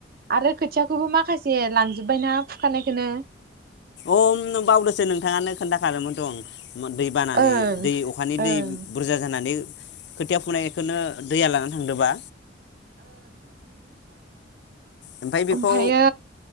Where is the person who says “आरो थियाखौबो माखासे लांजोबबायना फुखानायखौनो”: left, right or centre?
Right